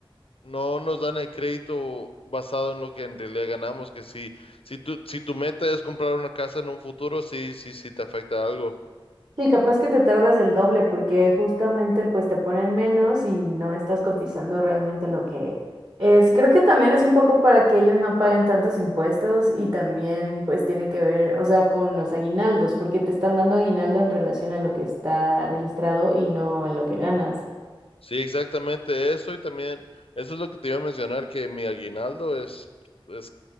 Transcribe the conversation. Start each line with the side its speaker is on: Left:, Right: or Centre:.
Left: no nos dan el crédito basado en lo que en realidad ganamos, que si, si tu, si tu meta es comprar una casa en un futuro, sí, sí, sí te afecta algo.
Right: Sí, capaz que te tardas el doble porque justamente pues te ponen menos y no estás cotizando realmente lo que es. Creo que también es un poco para que ellos no paguen tantos impuestos y también pues tiene que ver, o sea, con los aguinaldos, porque te están dando aguinaldo en relación a lo que está registrado y no en lo que ganas.
Left: Sí, exactamente eso y también eso es lo que te iba a mencionar, que mi aguinaldo es, es,